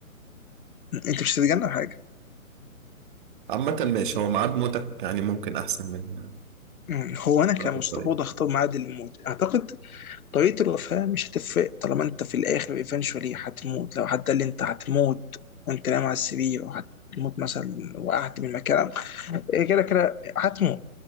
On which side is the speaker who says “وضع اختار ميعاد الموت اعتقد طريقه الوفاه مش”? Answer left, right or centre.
Left